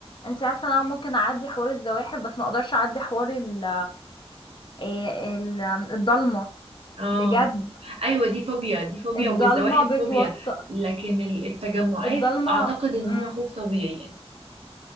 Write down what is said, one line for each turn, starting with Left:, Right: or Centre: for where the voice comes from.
Left: انتي عارفة انا ممكن اعدي حوار الزواحف بس ما اقدرش اعدي حوار ال إيه، ال- الضلمة
Right: اه
Left: بجد
Right: ايوه دي فوبيا دي فوبيا
Left: الضلمة
Right: والزواحف
Left: بتوتر
Right: فوبيا لكن ال- التجمعات
Left: الضلمة
Right: اعتقد ان
Left: مم.
Right: هو خوف طبيعي يعني